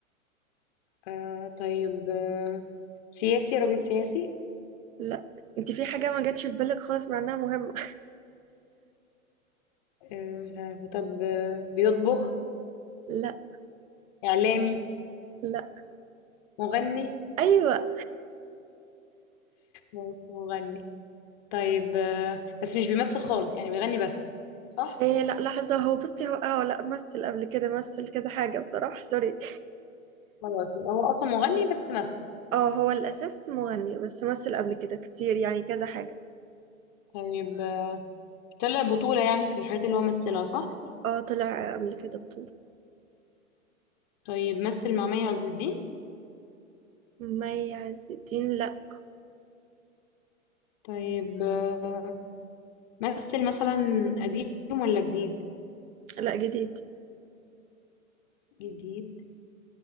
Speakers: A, on the left; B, on the right.
A: آه طيب آه سياسي راجل سياسي
B: لا انت في حاجة ما جاتش في بالك خالص مع انها مهمة
A: آه مش عارفة طب آه بيطبخ
B: <laughs> لا
A: إعلامي
B: لا
A: مغني
B: ايوه
A: هو مش مغني طيب آه بس مش بيمثل خالص يعني بيغني بس صح
B: إيه لا لحظة هو بصي هو اه لا مثل قبل كده مثل كذا حاجة بصراحة سوري
A: خلاص يبقى هو أصلا مغني بس تمثل
B: <laughs> اه هو الاساس مغني بس مثل قبل كده كتير يعني كذا حاجة
A: طيب طلع بطولة يعني في الحاجات اللي هو مثلها صح؟
B: اه طلع قبل كده بطولة
A: طيب مثل مع مي عز الدين
B: مي عز الدين لا
A: طيب آه، مثل مثلا قديم ولا جديد؟
B: لا جديد
A: جديد